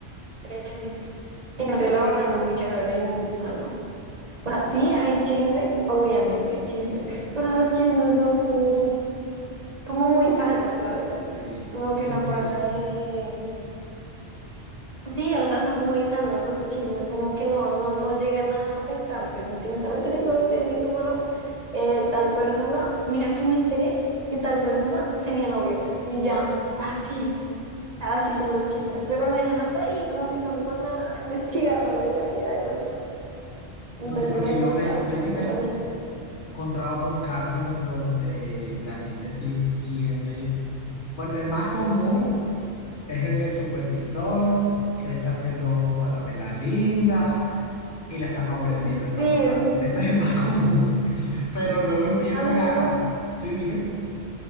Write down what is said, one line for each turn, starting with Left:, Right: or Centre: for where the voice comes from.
Right: es un ambiente laboral muy chévere y muy sano. O sea, sí hay chismes, obviamente hay chismes,
Left: Claro,
Right: pero los chismes son muy, como muy sanos, ¿sabes?
Left: sí,
Right: Como
Left: muy
Right: que
Left: sencillos.
Right: no pasa de Sí, o sea, son muy sanos los chismes, como que no, no, no llegan a afectarte sentimentalmente, simplemente dicen como no, eh, tal persona, mira que me enteré que tal persona tenía novio y ya, así, así son los chismes, pero lo dejan hasta ahí, como que no se ponen a <laughs> investigar
Left: Claro.
Right: más de la vida del otro. Entonces
Left: No, sí, porque
Right: me gusta
Left: yo me, yo sí me
Right: el
Left: he c-
Right: ambiente.
Left: encontrado con casos en donde la gente sí tiende. Bueno, el más común es el del supervisor, que le está haciendo ojo a la pela linda y la está
Right: Sí,
Left: favoreciendo en todo,
Right: es
Left: ¿sabes?
Right: muy
Left: <laughs> Ese
Right: típico.
Left: es el más <laughs> común. Pero luego empiezan
Right: A mí me
Left: a.
Right: pasó,
Left: Sí, dime.